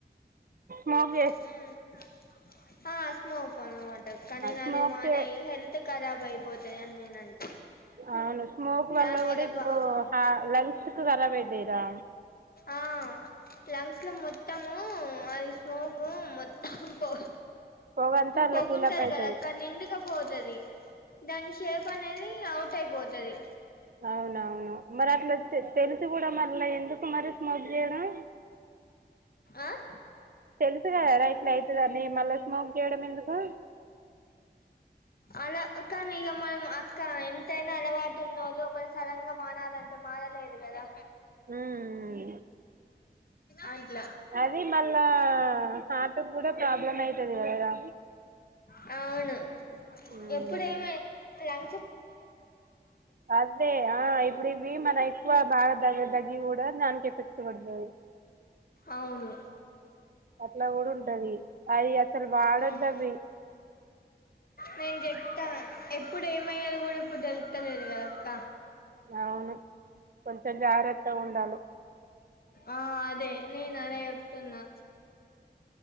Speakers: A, on the right; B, on the left.
A: మోగ
B: ఆ ఆ అ స్మోక్ అన్మాట కానీ నా
A: స్మోక్
B: అదది మన
A: చే
B: హెల్త్ కరాబా పోతాయని నేన అంటే
A: అవును స్మోక్ వల్ల
B: దాని
A: కూడా ఇప్పుడు
B: బా
A: ల్ సుకు కరాబయిదరా
B: ఆ లంగ్స్ లో మొత్తము మారి స్కు మొత్తం పొగ
A: పొగంతా అట్లా
B: బగుంచాల
A: ఫిలప్ అవుతుంది
B: కదా అక్క నింగా మదది దాని షే పనేది అ యిపోతుది
A: అవునవును మరి అట్లాచ్చ తెలుసు కూడా మళ్ళ ఎందుకు మరి స్మోక్ చేయడం
B: ఆ
A: తెలుసు కదరాా ఇట్లా అవుతుందాన్ని మళ్ళా స్మోక్ చేయడం ఎందుకు
B: అలా కానీ ఇక మనం అక్క ఎంతైనా అలవాటు ఉన్నళు ఒక సలంగా మానాలంటే మాార లేదు కదా
A: ఉమ్
B: ఆలా
A: అది మళ్ళా హార్ట్కి కూడా ప్రాబ్లం అవుతుంది కదరా
B: వును
A: ఉమ్
B: ఎప్పుడ ఏమ లం
A: అదే ఆ ఇప్పుడు ఇవి మన ఎక్కువ బాగా తగ్గదగ్గి కూడా దానికి చెప్పించకడ బా
B: అవును
A: అట్లా కూడా ఉంటది అది అసలు వాడొద్దు
B: అవును
A: అవి
B: నేను చెప్తా ఎప్పుడు ఏమయ్యలో కూడా ఇప్పుడు తెలుతలేదు కదక్క
A: అవును కొంచెం జాగ్రత్త ఉండాల
B: ఆ అదే నేను అదే చెప్తున్నా